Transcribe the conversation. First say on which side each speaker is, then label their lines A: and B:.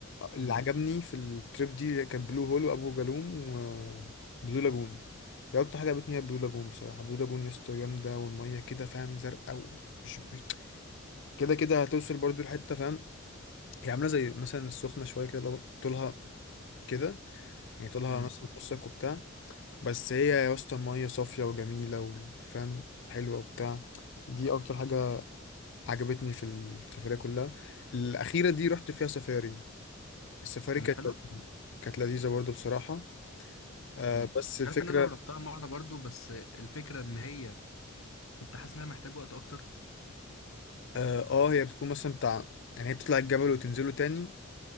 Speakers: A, on the left; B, on the left.
A: اللي
B: امم
A: عجبني في التريب دي كان بلو هول وابو جالوم وبلو لاجون هي اكتر حاجه عجبتني هي بلو لاجون بصراحه بلو لاجون يا اسطى جامده والميه كده فاهم زرقاء ومش مش كده كده هتوصل برضو لحته فاهم هي عامله زي مثلا السخنه شويه كده لو طولها كده يعني طولها
B: امم
A: مثلا نصك وبتاع بس هي يا اسطى ميه صافيه وجميله وفاهم حلوه وبتاع دي اكتر حاجه عجبتني في السفريه كلها الاخيره دي رحت فيها سفاري السفاري
B: كانت
A: كانت
B: حلوه
A: لذيذة. كانت لذيذه برضو بصراحه آه
B: امم
A: بس
B: انت
A: الفكرة
B: عارف ان انا رحتها مره برضو بس الفكره ان هي كنت حاسس ان انا محتاج وقت اكتر
A: اه آه، هي بتكون مثلا بتاع يعني هي بتطلع الجبل وتنزله تاني